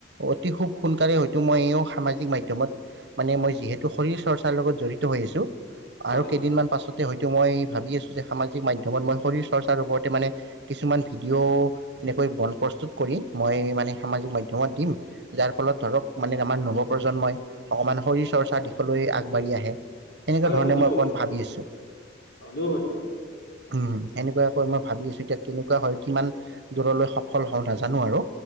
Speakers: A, on the right; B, on the left.
A: অতি খুব সোনকালে হয়তো মই সামাজিক মাধ্যমত মানে মই যিহেতু শৰীৰ চৰ্চাৰ লগত জড়িত হৈ আছো
B: হয়
A: আৰু কেইদিনমান পাছত হয়তো মই ভাবি আছো যে সামাজিক মাধ্যমত মই শৰীৰ চৰ্চাৰ ওপৰতে মানে কিছুমান ভিডিঅ' এনেকৈ বন প্ৰস্তুত কৰি মই মানে সামাজিক মাধ্যমত দিম যাৰ ফলত ধৰক মানে আমাৰ নৱপ্ৰজন্মই অকমান শৰীৰ চৰ্চা দিশলৈ আগবাঢ়ি আহে। সেনেকুৱা
B: হয়,
A: ধৰণে
B: হয় দিব
A: মই অকণমান
B: পাৰিব
A: ভাবি আছোঁ
B: অ' দিব পাৰিব।
A: উ সেনেকুৱাকৈ মই ভাবি আছো এতিয়া কেনেকুৱা হয়। কিমান দূৰলৈ সফল হওঁ নাযা জানো আৰু